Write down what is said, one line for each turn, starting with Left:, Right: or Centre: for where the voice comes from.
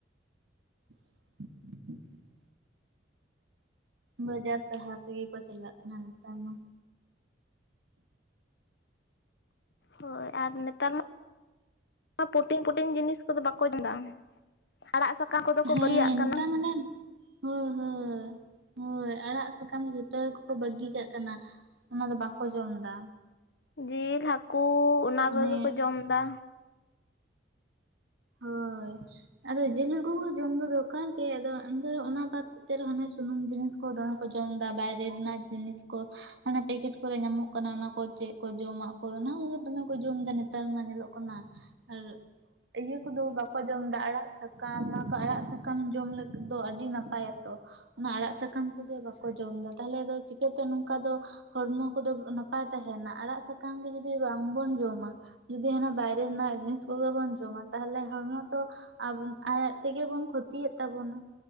Right: <unintelligible> ᱵᱟᱡᱟᱨ ᱦᱟᱨ ᱨᱮᱜᱮ ᱠᱚ ᱪᱟᱞᱟᱜ ᱠᱟᱱᱟ ᱱᱮᱛᱟᱨ ᱢᱟ᱾
Left: ᱦᱳᱭ ᱟᱨ ᱱᱮᱛᱟᱨ ᱢᱟ ᱯᱚᱴᱤᱱ ᱯᱚᱴᱤᱱ ᱡᱤᱱᱤᱥ ᱠᱚᱫᱚ ᱵᱟᱠᱚ ᱡᱚᱢᱟ᱾ ᱟᱲᱟᱜ ᱥᱟᱠᱟᱢ ᱠᱚᱫᱚ ᱠᱚ
Right: ᱦᱮᱸ
Left: ᱵᱟᱹᱜᱤᱭᱟᱜ ᱠᱟᱱᱟ᱾
Right: ᱱᱮᱛᱟᱨ ᱢᱟᱱᱮ ᱦᱳᱭ ᱦᱳ ᱦᱳᱭ ᱟᱲᱟᱜ ᱥᱟᱠᱟᱢ ᱫᱚ ᱡᱷᱚᱛᱚ ᱜᱮᱠᱚ ᱵᱟᱹᱜᱤ ᱠᱟᱜ ᱠᱟᱱᱟ᱾ ᱚᱱᱟ ᱫᱚ ᱵᱟᱠᱚ ᱡᱚᱢ ᱫᱟ᱾
Left: ᱡᱤᱞ ᱦᱟᱹᱠᱩ ᱚᱱᱟ
Right: ᱚᱱᱮ
Left: ᱠᱚᱜᱮ ᱠᱚ ᱡᱚᱢ ᱮᱫᱟ᱾
Right: ᱦᱳᱭ ᱟᱫᱚ ᱡᱤᱞ, ᱦᱟᱹᱠᱩ ᱠᱚ ᱦᱚᱸ ᱡᱚᱢ ᱫᱚ ᱫᱚᱨᱠᱟᱨ ᱜᱮ ᱟᱫᱚ ᱮᱱᱛᱮ ᱚᱱᱟ ᱵᱟᱫᱽ ᱮᱱᱛᱮ ᱨᱮ ᱦᱚᱸ ᱦᱟᱱᱮ ᱥᱩᱱᱩᱢ ᱡᱤᱱᱤᱥ ᱠᱚ ᱫᱚᱢᱮ ᱠᱚ ᱡᱚᱢ ᱮᱫᱟ ᱵᱟᱭᱨᱮ ᱨᱮᱱᱟᱜ ᱡᱤᱱᱤᱥ ᱠᱚ ᱦᱟᱱᱮ ᱯᱮᱠᱮᱴ ᱠᱚᱨᱮ ᱧᱟᱢᱚᱜ ᱠᱟᱱᱟ ᱚᱱᱟ ᱠᱚ᱾ ᱠᱚ ᱪᱮᱫ ᱠᱚ ᱡᱚᱢᱟᱜ ᱠᱚ ᱚᱱᱟ ᱠᱚᱜᱮ ᱫᱚᱢᱮ ᱠᱚ ᱡᱚᱢ ᱮᱫᱟ ᱱᱮᱛᱟᱨ ᱢᱟ ᱧᱮᱞᱚᱜ ᱠᱟᱱᱟ ᱟᱨ᱾ ᱤᱭᱟᱹ ᱠᱚᱫᱚ ᱵᱟᱠᱚ ᱡᱚᱢ ᱮᱫᱟ ᱟᱲᱟᱜ ᱥᱟᱠᱟᱢ ᱚᱱᱟ ᱠᱚ ᱟᱲᱟᱜ ᱥᱟᱠᱟᱢ ᱡᱚᱢ ᱞᱟᱹᱜᱤᱫ ᱫᱚ ᱟᱹᱰᱤ ᱱᱟᱯᱟᱭᱟ ᱛᱚ᱾ ᱚᱱᱟ ᱟᱲᱟᱜ ᱥᱟᱠᱟᱢ ᱠᱚᱜᱮ ᱵᱟᱠᱚ ᱡᱚᱢᱫᱟ ᱛᱟᱦᱞᱮ ᱫᱚ ᱪᱤᱠᱟᱹᱛᱮ ᱱᱚᱝᱠᱟ ᱫᱚ ᱦᱚᱲᱢᱚ ᱠᱚᱫᱚ᱾ ᱱᱟᱯᱟᱭ ᱛᱟᱦᱮᱱᱟ ᱟᱲᱟᱜ ᱥᱟᱠᱟᱢ ᱜᱮ ᱡᱩᱫᱤ ᱵᱟᱝ ᱵᱚᱱ ᱡᱚᱢᱟ ᱡᱩᱫᱤ ᱦᱟᱱᱟ ᱵᱟᱭᱨᱮ ᱨᱮᱱᱟᱜ ᱡᱤᱱᱤᱥ ᱠᱚᱜᱮ ᱵᱚᱱ᱾ ᱡᱚᱢᱟ ᱛᱟᱦᱚᱞᱮ ᱦᱚᱲᱢᱚ ᱫᱚ ᱟᱭᱡ ᱟᱭᱡ ᱛᱮᱜᱮ ᱵᱚᱱ ᱠᱷᱚᱛᱤᱭᱮᱫ ᱛᱟᱵᱚᱱᱟ᱾